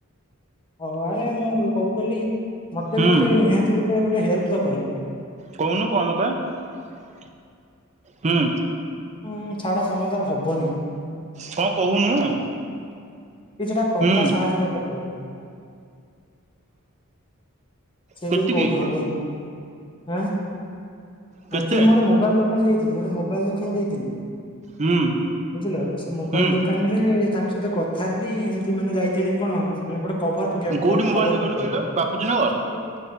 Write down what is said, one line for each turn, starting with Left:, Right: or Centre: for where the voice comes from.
Left: ହଉ ଆରେ <unintelligible> କହୁଥିଲି ମତେ
Right: ହୁଁ।
Left: ଗୋଟେ ନିହାତି ଗୋଟେ ହେଲ୍ପ ଦରକାରେ।
Right: କହୁନୁ କଣ ଦରକାର? ହୁଁ।
Left: ହୁଁ ଛାଡ ତମ ଦ୍ୱାରା ହବନି।
Right: କଣ କହୁନୁ?
Left: କିଛି ଟା ଟଙ୍କା
Right: ହୁଁ
Left: ସାହାଯ୍ୟ ଦରକାର ଥିଲା। ସେଇଥିରୁ
Right: କେତିକି
Left: କହୁଛି ହବନି ଆଁ
Right: କେତେ
Left: ଆଚୁଆଲି ମୁଁ ଗୋଟେ ମୋବାଇଲ ଦୋକାନ ଯାଇଥିଲି ଗୋଟେ ମୋବାଇଲ ଦୋକାନ ଯାଇଥିଲି।
Right: ହୁଁ
Left: ବୁଝିଲ ସେ ମୋବାଇଲ
Right: ହୁଁ
Left: ଦୋକାନ ରେ ତାଙ୍କ <unintelligible> କଥା ହେଲି ଏମିତି ମାନେ ଯାଇଥିଲି କଣ ଗୋ କଭର ପକେଇବାକୁ
Right: କୋଉଠି
Left: ଫୋନରେ
Right: ମୋବାଇଲ
Left: କଭର
Right: ଦୋକାନ
Left: ପକେଇବାକୁ।
Right: କହିଲ ବାପୁଜୀ ନଗର